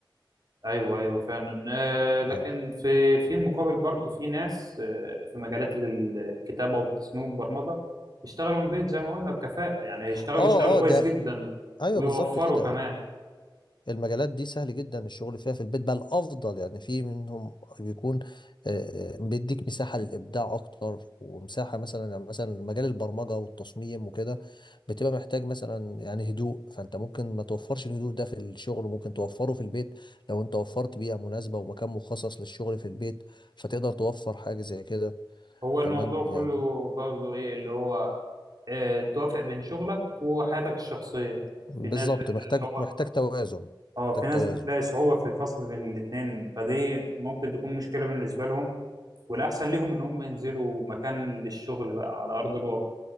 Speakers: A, on the right; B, on the left.
A: ايوه ايوه فعلا آه لكن
B: اه
A: في في المقابل برضه في ناس آه في مجالات الكتابه والتصميم والبرمجه يشتغلوا من بيت زي ما قلنا بكفاءه يعني يشتغلوا
B: اه
A: يشتغلوا كويس
B: آه، ده
A: جدا
B: ايوه
A: ويوفروا
B: بالظبط كده
A: كمان
B: المجالات دي سهل جدا الشغل فيها في البيت بل افضل يعني في منهم بيكون آه، آه، بيديك مساحه للابداع اكتر ومساحه مثلا يعني مثلا مجال البرمجه والتصميم وكده بتبقى محتاج مثلا يعني هدوء فانت ممكن ما توفرش الهدوء ده في الشغل وممكن توفره في البيت لو انت وفرت بيئه مناسبه ومكان مخصص للشغل في البيت فتقدر توفر حاجه زي كده
A: هو الموضوع
B: تمام
A: كله
B: يعني
A: برضه ايه اللي هو آه توافق بين شغلك وحياتك الشخصيه يعني
B: بالظبط
A: في ناس بتلاقي
B: محتاج
A: صعوبه
B: محتاج توازن
A: اه
B: محتاج
A: في ناس
B: توازن
A: بتلاقي صعوبة في الفصل بين الاتنين فدي ممكن تكون مشكلة بالنسبة لهم والأحسن ليهم إن هم ينزلوا مكان للشغل بقى على أرض الواقع